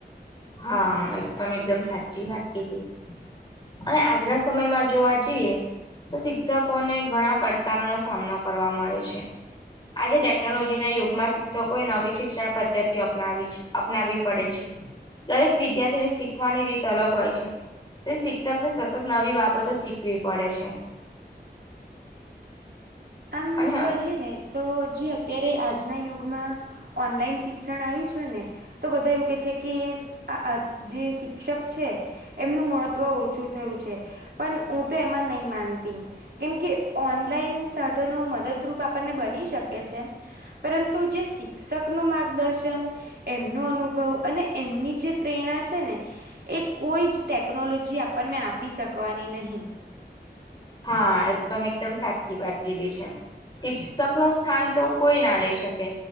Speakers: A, on the left; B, on the right.
A: હા એ તો તમે એકદમ સાચી વાત કીધી. અને આજનાં સમયમાં જોવા જઈએ તો શિક્ષકોને ઘણાં પડકારોનો સામનો કરવા મળે છે. આજે ટેકનોલોજીના યુગમાં શિક્ષકોએ નવી શિક્ષણ પદ્ધતિઓ અપનાવી છે અપનાવી પડે છે. દરેક વિદ્યાર્થીને શીખવાની રીત અલગ હોય છે. તે શિક્ષકને સતત નવી બાબતો શીખવી પડે છે. <inaudible>
B: આમ
A: અને
B: જોવા જઈએ ને તો જે અત્યારે આજનાં યુગમાં ઓનલાઈન શિક્ષણ આયું છે ને તો બધા એવું કે છે કે આ આ કે જે શિ ક્ષક છે એમનું મહત્વ ઓછું થયું છે. પણ ઉ તો એમાં નઈ માનતી કેમકે ઓનલાઈન સાધનો મદદરૂપ આપણને બની શકે છે. પરંતુ જે શિક્ષકનું માર્ગદર્શન એમનો અનુભવ અને એમની જે પ્રેરણા છે ને એ કોઈ જ ટેકનોલોજી આપણને આપી શકવાની નહીં.
A: હા, એ તો તમે એકદમ સાચી વાત કીધી છે. શિક્ષકનું સ્થાન તો કોઈ ના લઈ શકે.